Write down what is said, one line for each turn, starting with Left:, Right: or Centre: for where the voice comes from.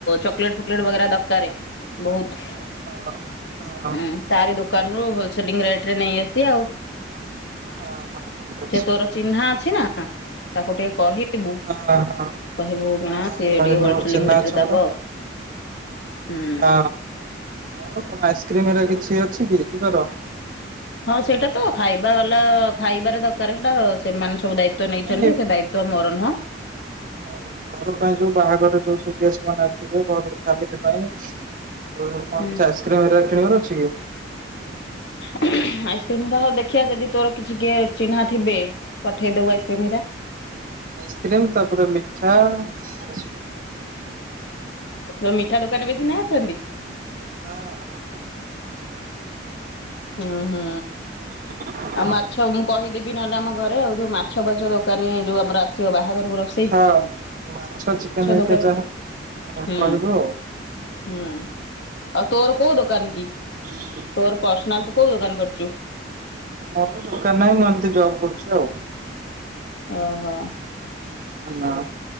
Left: ଚକୋଲେଟ ଫକଲେଟ ବଗେରା ଦରକାରେ ବହୁତ।
Right: ହଁ। ହଁ
Left: ହୁଁ ତାରି ଦୋକାନରୁୁ ହୋଲସେଲିଂ ରେଟ୍ ରେ ନେଇ ଆସିବା ଆଉ।
Right: ହଁ ହଁ ଠିକ୍ ଅଛି।
Left: ସେ ତୋର ଚିହ୍ନା ଅଛି ନା ତାକୁ ଟିକେ କହି ବୁ
Right: ହଁ ହଁ
Left: କହିବୁ କଣ
Right: ହଁ
Left: ସିଏ
Right: କହିବି
Left: ଟିକେ
Right: ମୋର
Left: ହୋଲସେଲିଂ
Right: ଚିହ୍ନା
Left: ରେଟ୍
Right: ଅଛି
Left: ରେ
Right: ମୋର
Left: ଦବ? ହୁଁ
Right: ହଁ ଆଉ କଣ ଆଇସିକ୍ରିମ୍ ରେ କିଛି ଅଛି କି ଯିବାର?
Left: ହଁ ସେଇଟା ତ ଖାଇବା ବାଲା ଖାଇବାରେ ଦରକାରେ ହେଇଟା ସେମାନେ ସବୁ ଦାୟି ତ୍ବ ନେଇଛନ୍ତି
Right: ନାଇଁ
Left: ସେ ଦାୟିତ୍ୱ ମୋର ନୁହଁ।
Right: <unintelligible> ଘରୁ ପାଇଁ ଯୋଉ ବାହାଘରେ ଯୋଉ ସବୁ ଗେଷ୍ଟ ମାନେ ଆସିବେ ବର ଫ୍ୟାମିଲି ପାଇଁ? ତୋର କଣ
Left: ହୁଁ
Right: କିଛି ଆଇସ୍କ୍ରିମ ରେ କିଣିବାର ଅଛି କି?
Left: ଆଇସ୍କ୍ରିମ ରହ ଦେଖିବା ଯଦି ତୋର କିଛି କିଏ ଚିହ୍ନା ଥିବେ ପଠେଇଦବୁ ଆଇସ୍କ୍ରିମ ଟା।
Right: ଆଇସ୍କ୍ରିମ ତାପରେ ମିଠା ଏସବୁ।
Left: ତୋ ମିଠା ଦୋକାନ ବି ଚିହ୍ନା ଅଛନ୍ତି?
Right: ହଁ।
Left: ଉଁ ହୁଁ।
Right: <inaudible>
Left: ଆଉ ମାଛ ମୁଁ କହିଦେବି ନହେଲେ ଆମ ଘରେ ଆଉ ଯୋଉ ମାଛ ପା ଛ ଦୋକାନୀ ଯୋଉ ଆମର ଆସିବ ବାହାଘରକୁ ରସ
Right: ହଁ ମାଛ ଚିକେନ ହେଇକି
Left: ଦୋକାନୀ
Right: ଯାହା ହଁ
Left: ହୁଁ
Right: କହିବୁ ଆଉ?
Left: ହୁଁ ଆଉ ତୋର କଉ ଦୋକନ କି?
Right: <inaudible>
Left: ତୋର ପସନାଲ୍ ତୁ କୋଉ ଦୋକାନ କରିଛୁ?
Right: ମୋର ଦୋକାନ ନାହିଁ ମୁଁ ଏମିତି ଜବ୍ କରୁଛି ଆଉ।
Left: ଓହୋ।
Right: ଆ ନା